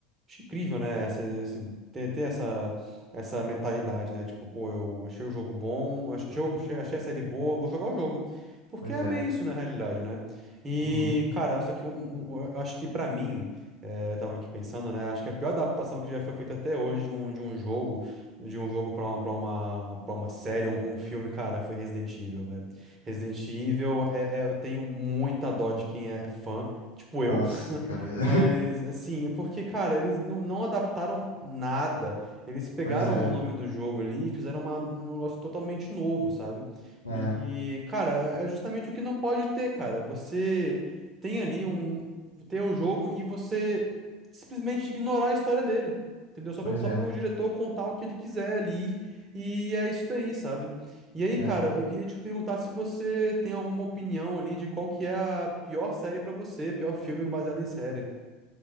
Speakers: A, on the right; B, on the left.
A: Acho incrível, né? Essa, esse- ter, ter essa, essa mentalidade, né? Tipo, pô, eu achei o jogo bom, ach- achei, achei, achei a série boa, vou jogar o jogo. Porque
B: pois
A: é
B: é.
A: bem isso, na realidade, né? E,
B: Uhum.
A: cara, só que um, um- um, eu acho que pra mim, é, eu tava aqui pensando, né? Acho que a pior adaptação que já foi feita até hoje de um, de um jogo, de um jogo pra uma, pra uma, pra uma série ou um filme, cara, foi Resident Evil, velho. Resident Evil, é, é- eu tenho muita dó de quem é é fã, tipo eu.
B: Nossa,
A: <laughs>
B: cara. <laughs>
A: Mas, assim, é porque, cara, eles não, não adaptaram nada. Eles pegaram
B: Pois é.
A: o nome do jogo ali e fizeram uma- um negócio totalmente novo, sabe?
B: É,
A: E, cara, é é justamente o que não pode ter, cara. Você tem ali um. Ter o jogo e você simplesmente ignorar a história dele. Entendeu? Só para
B: pois
A: só
B: é.
A: pro diretor contar o que ele quiser ali. E é isso daí, sabe? E aí, cara,
B: é.
A: eu queria te perguntar se você tem alguma opinião ali de qual que é a pior série pra você, pior filme baseado em série.